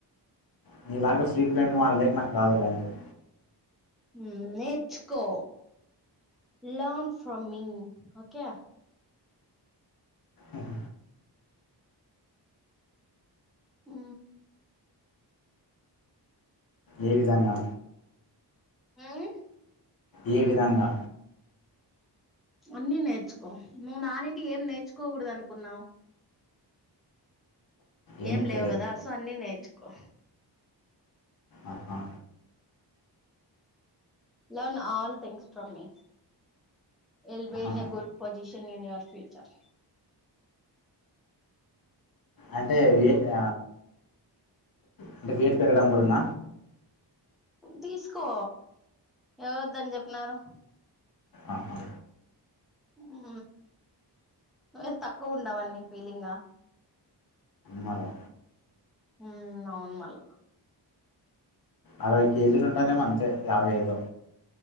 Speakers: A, on the left; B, in the centre.
A: నీ ఇలాగ ఫ్రీక్వెంట్గా మాట్లాడుడే నాకు రాదులే అంటున్న.
B: ఉ నేర్చుకో. Learn from me. ఓకే
A: అహ.
B: ఉ.
A: ఏ విధంగా.
B: ఉమ్.
A: ఏ విధంగా.
B: అన్నీ నేర్చుకో. నువ్వు నానింటికి ఏం నేర్చుకోకూడదు అనుకున్నావు.
A: ఏమీ
B: ఏం లేవు
A: తెలియదు
B: కదా. సో అన్నీ నేర్చుకో.
A: ఆహా.
B: Learn all things from me. ఎల్బిన్
A: ఆహా.
B: A good position in your future.
A: అంటే. అంటే అంటే వేట్ పెరగడం కూడాన.
B: తీసుకో ఎవరు వద్దని చెప్పినారు.
A: ఆహా.
B: ఉ వేట్ తక్కువున్నవని నీ ఫీలింగ్ ఆ.
A: మాదా.
B: ఊ అవున్ మల్ల.
A: అరవై కేజీలు ఉంటానేమో అంతే. యాభై ఐదో.